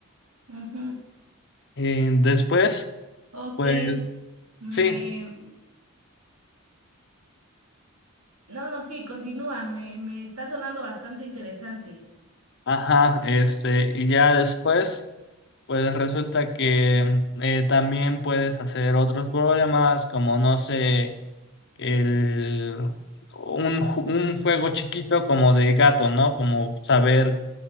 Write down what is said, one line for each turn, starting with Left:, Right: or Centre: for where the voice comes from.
Right: Ujú.
Left: Eh, después,
Right: Ok,
Left: pues
Right: me...
Left: sí,
Right: No, no, sí, continúa, me, me está sonando bastante interesante.
Left: ajá, este, y ya después... Pues resulta que eh, también puedes hacer otros problemas como, no sé, el, un, ju- un juego chiquito como de gato, ¿no? Como saber